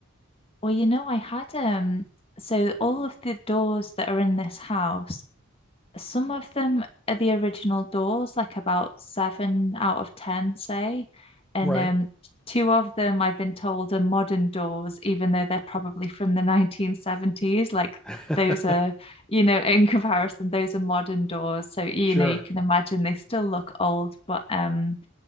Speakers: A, on the left; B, in the centre.
A: Well, you know, I had um so all of the doors that are in this house, some of them are the original doors, like about seven out of ten, say. And
B: right
A: um two of them I've been told are modern doors, even though they're probably from the 1970s. Like
B: <laughs>
A: those are, you know, <laughs> in comparison, those are modern doors. So, you
B: sure
A: know, you can imagine they still look old, but um